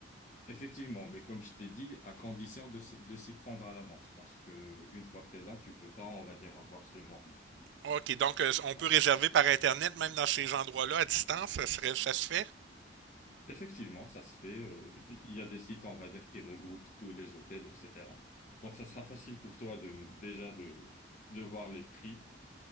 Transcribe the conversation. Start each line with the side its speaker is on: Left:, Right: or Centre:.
Left: Effectivement, mais comme je t'ai dit, à condition de, s'y- de s'y prendre à l'avance, parce que une fois que t'es là, tu peux pas, on va dire, avoir ce genre de.
Right: OK, donc euh, on peut
Left: Ouais.
Right: réserver par Internet, même dans ces endroits-là, à distance, ça serait, ça se fait?
Left: Effectivement, ça se fait. euh, Il y a des sites, on va dire, qui regroupent tous les hôtels, etc. Donc, ça sera facile pour toi de déjà de de voir les prix